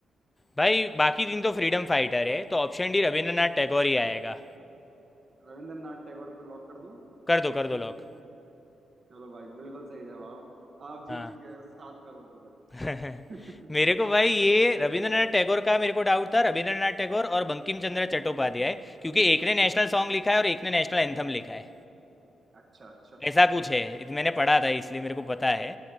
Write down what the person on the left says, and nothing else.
भाई बाकी दिन तो फ्रीडम फाइटर है तो ऑप्शन डी रविंद्रनाथ टैगोर ही आएगा
कर दो कर
दो लॉक
हाँ
<laughs>
मेरे
को भाई ये रविंद्रनाथ टैगोर का मेरे को डाउट था रविंद्रनाथ टैगोर और बंकिम चंद्र चट्टोपाध्याय क्योंकि एक
ने नेशनल
सॉन्ग लिखा है और एक ने नेशनल एंथम लिखा है
ऐसा कुछ है इत- मैंने पढ़ा था इसलिए मेरे को पता है